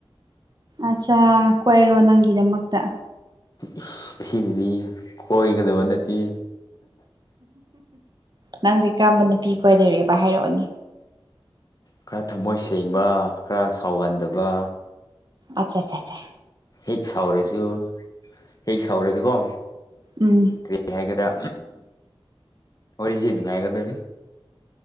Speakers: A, on the right; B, on the left.
A: ꯑꯠꯁꯥ ꯀꯣꯏꯔꯣ ꯅꯪꯒꯤꯗꯃꯛꯇꯥ
B: ꯏꯁ ꯑꯁꯤꯗꯗꯤ ꯀꯣꯏꯒꯗꯕ ꯅꯠꯇꯦ
A: ꯅꯪꯗꯤ ꯀꯔꯝꯕ ꯅꯨꯄꯤ ꯀꯥꯏꯗꯣꯏꯔꯤꯕ ꯍꯥꯏꯔꯛꯑꯣꯅꯤ
B: ꯈꯔ ꯊꯝꯃꯣꯏ ꯁꯦꯡꯕ ꯈꯔ ꯁꯥꯎꯒꯟꯗꯕ
A: ꯑꯆꯥ ꯑꯆꯥꯆꯥ
B: ꯍꯦꯛ ꯁꯥꯎꯔꯁꯨ ꯍꯦꯛ ꯁꯥꯎꯔꯁꯨꯀꯣ
A: ꯎꯝ
B: ꯀꯩ ꯍꯥꯏꯒ‌ꯦꯗ ꯋꯥꯔꯤꯖꯦ ꯅꯨꯜꯉꯥꯏꯒꯗꯧꯔꯤ